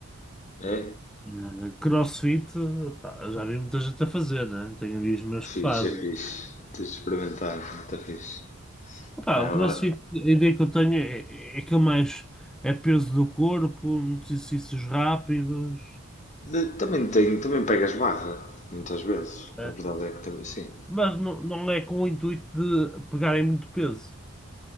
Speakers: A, on the left (about 35°); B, in the centre.
A: É?
B: Eh, CrossFit, pá, já vi muita gente a fazer, né? Tenho amigos meus
A: É
B: que
A: Fixe,
B: fazem.
A: é fixe. Tens de experimentar, muito fixe.
B: Pá,
A: Pá,
B: o
A: agora.
B: CrossFit, a ideia que eu tenho é, é que é mais é peso do corpo, muitos exercícios rápidos,
A: de- Também tenho, também pegas barra, muitas vezes.
B: eh,
A: A verdade é que também. Sim.
B: mas não, não é com o intuito de pegarem muito peso.